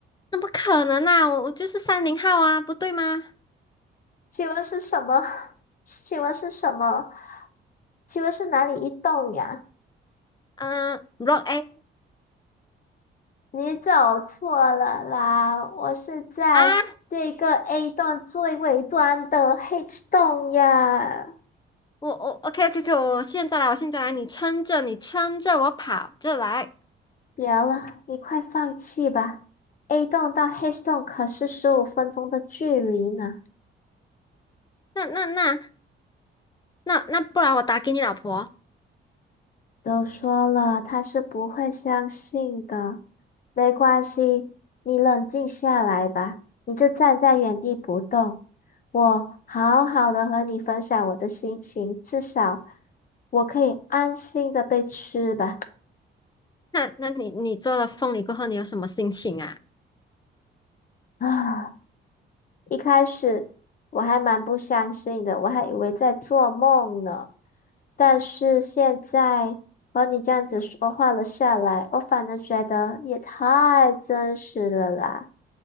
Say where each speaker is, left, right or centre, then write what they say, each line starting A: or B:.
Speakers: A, on the left; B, on the left.
A: 怎么可能啊？我我就是三零号啊，不对吗？
B: 请问是什么？<laughs> 请问是什么？请问是哪里一栋呀？
A: 嗯，Block A
B: 你走错了啦，我是在这个
A: 啊，
B: A 栋最尾端的 H 栋呀。
A: 我我 OK OK OK，我现在来，我现在来，你撑着，你撑着，我跑着来，
B: 别了，你快放弃吧，A 栋到 H 栋可是十五分钟的距离呢。
A: 那那那那那，不然我打给你老婆。
B: 都说了，他是不会相信的。没关系，你冷静下来吧，你就站在原地不动。我好好的和你分享我的心情，至少我可以安心的被吃吧。
A: 那那你你做了凤梨过后，你有什么心情啊？
B: 啊，一开始我还蛮不相信的，我还以为在做梦呢。但是现在和你这样子说话了下来，我反而觉得也太真实了啦。